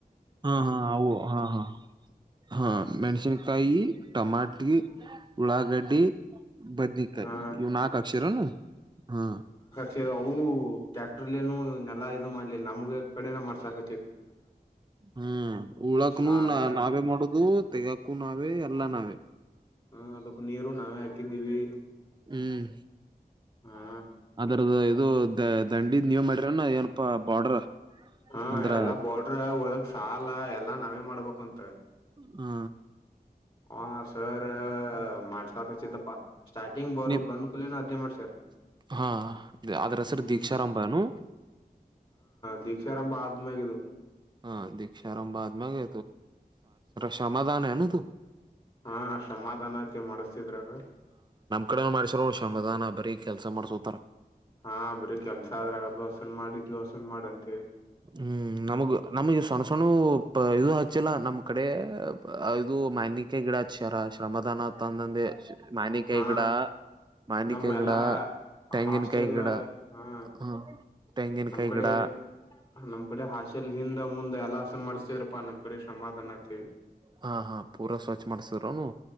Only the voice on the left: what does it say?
ಹಾ
ಸೇ ಅವು ಟ್ಯಾಕ್ಟರ್ಲ್ಲಿ ನನುೆಲ್ಲಾ ಇದು ಮಾಡ್ಲಿಲ್ಲ ನಮ್ಗೆ ಕಡೆನ ಮಾಡ್ಸಕ
ಸಾಲ
ಹಾ ಅದಕ್ ನೀರು ನಾವೇ ಹಾಕಿದ್ದೀವಿ
ಹಾ
ಹಾ
ಎಲ್ಲಾ ಬಾರ್ಡ್ರ ಒಳಗ್ ಸಾಲ ಎಲ್ಲಾ ನಾವೇ ಮಾಡ್ಬೇಕಂತ
ಹ ಸರ್ ಮಾಡ ಸಾಕ ಚಿದ್ದಪ್ಪಾ ಸ್ಟಾರ್ಟಿಂಗ್ ಬರು
ಬಂದ್ಕೂಲೆನ ಅದ್ನೇ ಮಾಡ್ಸ್ಯಾರ
ಹ್ಮ್
ಹಿ ಕಕ್ಷರಭ ಆದ್ಮ್ಯಾಗಿದದು
ಹಾ ಸಮಾಧಾನತಿ ಮಾಡಿಸಸ್ತಿದ್ರ ಅದು
ಹಾ ಅಬ್ರಿ ಕೆಲ್ಸ ಆದ್ರಾಗ ಬಸನ್ ಮಾಡಿ ದೋಸನ್ ಮಾಡಂತೇವಿ
ಹಾ
ನಮ್ ಎಲ್ಲಾ
ಹಾಸ್ಟೆಲ್
ಹ
ನಮ್ ಕಡೆ
ನಮ್ ಕಡೆ ಹಾಸೆಲ್ ಹಿಂದ ಮುಂದೆ ಎಲ್ಲ ಮಾಡ್ಸ್ತೇರಾ ನಮ್ ಕಡೆ ಸಮಾಧಾನ ಆತೀವಿ